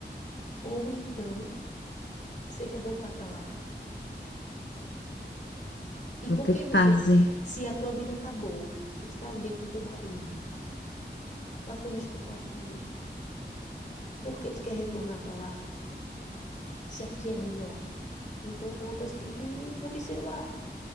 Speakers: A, on the left; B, on the left.
A: Ou então você quer voltar para lá? E
B: vou
A: por
B: ter
A: que
B: que
A: você
B: fazer
A: quer? Se a tua vida tá boa, se tu tá bem com teu marido, tá feliz com tua filha, por que tu quer retornar para lá? se aqui é melhor. Então, é uma coisa que tem que observar.